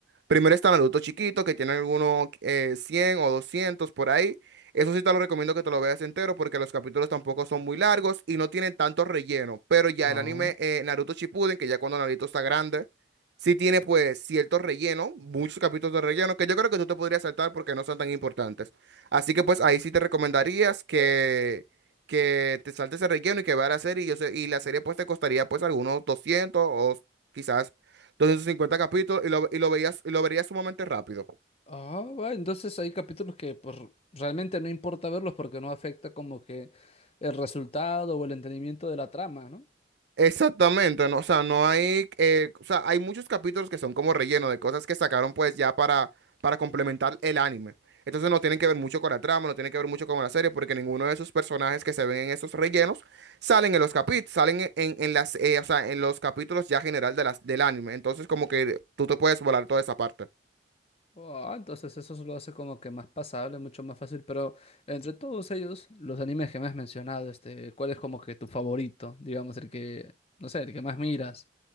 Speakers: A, on the right; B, on the left.
A: Primero están los adultos chiquitos que tienen algunos eh, 100 o 200 por ahí. Eso sí te lo recomiendo que te lo veas entero porque los capítulos tampoco son muy largos y no tienen tanto relleno. Pero ya
B: Ah,
A: el anime eh, Naruto Shippuden, que ya cuando Naruto está grande, sí tiene pues cierto relleno, muchos capítulos de relleno que yo creo que tú te podrías saltar porque no son tan importantes. Así que pues ahí sí te recomendarías que, que te saltes el relleno y que veas la serie. Y, yo sé- y la serie pues te costaría pues algunos 200 o quizás 250 capítulos y lo, y lo veías, y lo verías sumamente rápido.
B: ah, bueno, entonces hay capítulos que pues realmente no importa verlos porque no afecta como que el resultado o el entendimiento de la trama, ¿no?
A: Exactamente, ¿no? O sea, no hay, eh, o sea, hay muchos capítulos que son como relleno de cosas que sacaron pues ya para, para complementar el anime. Entonces no tienen que ver mucho con la trama, no tienen que ver mucho con la serie, porque ninguno de esos personajes que se ven en esos rellenos salen en los capítulos, salen en, en- en las, eh, o sea, en los capítulos ya general de las, del anime. Entonces como que tú te puedes volar toda esa parte.
B: Ah, entonces eso lo hace como que más pasable, mucho más fácil, pero entre todos ellos, los animes que me has mencionado, este, ¿cuál es como que tu favorito? Digamos, el que, no sé, el que más miras.